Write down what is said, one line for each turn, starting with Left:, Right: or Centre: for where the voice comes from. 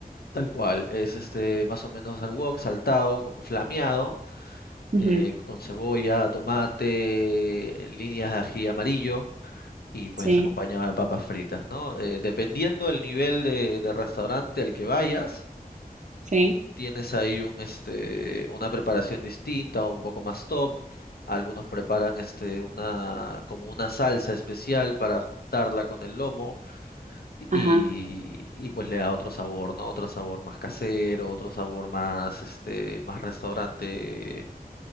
Left: tal cual, es este más o menos al wok, saltado, con- flameado,
Right: Ujú,
Left: eh, con cebolla, tomate, líneas de ají amarillo y pues
Right: Sí,
Left: acompañado de papas fritas, ¿no? Eh, dependiendo del nivel de, de restaurante al que vayas.
Right: sí,
Left: tienes ahí un, este, una preparación distinta o un poco más top. Algunos preparan este, una, como una salsa especial para juntarla con el lomo y,
Right: ajá.
Left: y pues le da otro sabor, ¿no? Otro sabor más casero, otro sabor más, este, más restaurante, eh,